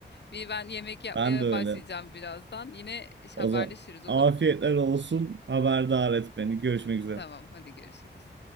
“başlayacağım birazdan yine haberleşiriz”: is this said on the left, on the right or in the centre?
Left